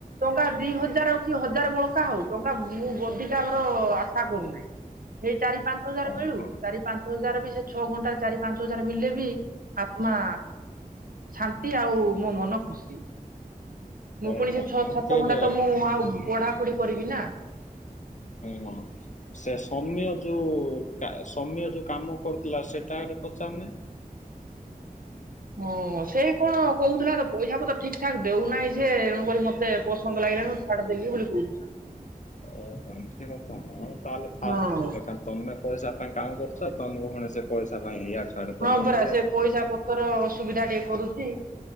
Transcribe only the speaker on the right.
ଟଙ୍କା ଦି ହଜାର ହଉ କି ହଜାର ବଳକା ହଉ ଟଙ୍କା ମୁଁ ଅଧିକାର ଆଶା କରୁନାହିଁ। ସେଇ ଚାରି ପାଞ୍ଚ ହଜାର
ମିଳୁ ଚାରି ପାଞ୍ଚ ହଜାର ବି ସେ ଛଅ ଘଣ୍ଟାରେ ଚାରି ପାଞ୍ଚ ହଜାର ମିଲେ ବି ଆତ୍ମା। ଶାନ୍ତି ଆଉ ମୋ ମନ ଖୁସି ମୁଁ
ପୁଣି ସେ। ଛଅ
ସାତ
ଘଣ୍ଟା ତ ମୁଁ ଆଉ ପଢାପଢି କରିବିନା।
ହଁ ସେଇ କଣ କହୁଥିଲା ତ ପଇସା ପତ୍ର ଠିକ ଠାକ ଦେଉନାହିଁ ସେ ତଣୁ କରି ମତେ ପସନ୍ଦ ଲାଗି ଲାନି ମୁଁ ଛାଡ଼ି ଦେଲି ବୋଲି କହୁଥିଲା।
ହଁ।
ହଁ ପରା
ସେ ପଇସା ପତ୍ର ଅସୁବିଧା ଟିକେ କରୁଚି।